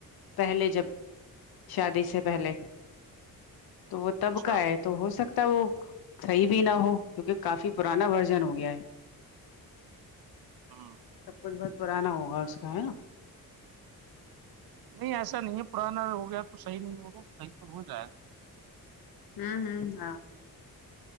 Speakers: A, on the left; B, on the right.
A: پہلے جب شادی سے پہلے تو وہ
B: اچھا
A: تب کا ہے تو ہو سک تا وہ صیح بھی نہ ہو کیونکہ کافی پرانا ورژن ہو گیا ہے
B: ہ
A: سب کچھ بہت پرانا ہوگا اس کا ہے نا
B: نہیں ایسا نہیں ہے پرانا ہو گیا تو صحیح نہیں ہوگا صحیح تو ہو جائے گا
A: ہوں ہ ہاں